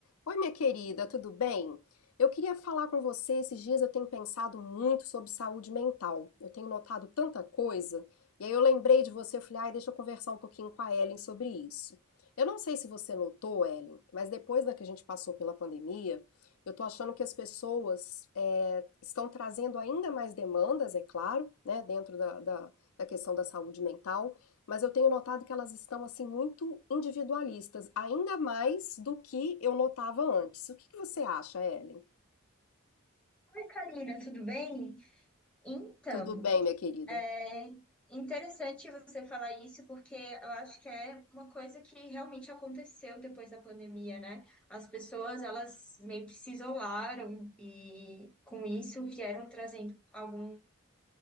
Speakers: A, on the left; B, in the centre.
A: Oi, minha querida, tudo bem? Eu queria falar com você. Esses dias eu tenho pensado muito sobre saúde mental. Eu tenho notado tanta coisa, e aí eu lembrei de você, eu falei, ai, deixa eu conversar um pouquinho com a Ellen sobre isso. Eu não sei se você notou, Ellen, mas depois da que a gente passou pela pandemia, eu tô achando que as pessoas é, estão trazendo ainda mais demandas, é claro, né, dentro da, da da questão da saúde mental mas eu tenho notado que elas estão assim muito individualistas, ainda mais do que eu notava antes. O que que você acha, Ellen?
B: Oi, Karina, tudo bem? Então,
A: Tudo bem, minha querida?
B: é interessante você falar isso porque eu acho que é uma coisa que realmente aconteceu depois da pandemia, né? As pessoas, elas meio que se isolaram e com isso vieram trazendo alguns,